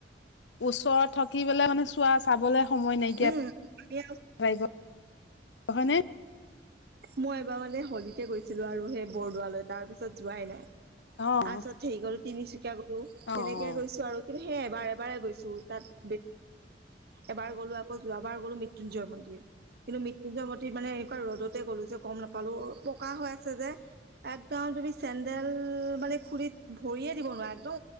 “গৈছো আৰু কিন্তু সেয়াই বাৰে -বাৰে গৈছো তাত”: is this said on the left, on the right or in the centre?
Right